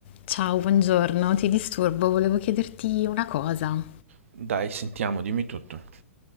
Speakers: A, on the left; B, on the right.
A: Ciao, buongiorno, ti disturbo, volevo chiederti una cosa.
B: Dai, sentiamo, dimmi tutto.